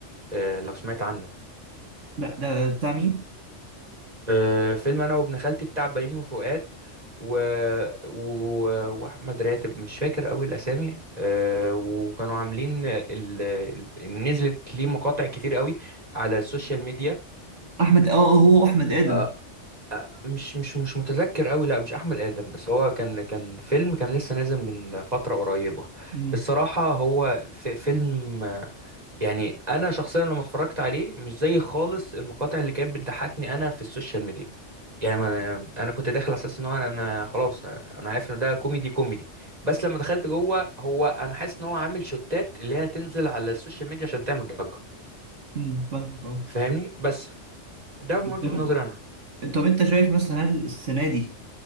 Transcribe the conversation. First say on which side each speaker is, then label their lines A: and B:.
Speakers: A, on the right (about 35°); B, on the right (about 85°).
A: آه، لو سمعت عنه
B: لا ده بتاع مين؟
A: آه، فيلم انا وابن خالتي بتاع بيومي فؤاد و... و... واحمد راتب مش فاكر قوي الاسامي أه وكانوا عاملين ال... ال- نزلت ليه مقاطع كتير قوي على السوشيال ميديا
B: أحمد اه آه، هو أحمد آدم
A: أه آه، مش مش مش متذكر قوي لا مش احمد ادم بس هو كان كان فيلم كان لسه نازل من فترة قريبة
B: امم
A: الصراحة هو في فيلم يعني انا شخصيا لما اتفرجت عليه مش زي خالص المقاطع اللي كانت بتضحكني انا في السوشيال ميديا يعني ما- انا كنت داخل على اساس ان هو انا أنا خلاص انا عارف ان ده كوميدي كوميدي بس لما دخلت جوه هو انا حاسس ان هو عامل شوتات اللي هي تنزل على السوشيال ميديا عشان تعمل ضجة
B: امم فاهمك اه
A: فاهمني بس ده من وجهة
B: طب
A: نظري انا
B: طب أنت شايف مثلا هل السنة دي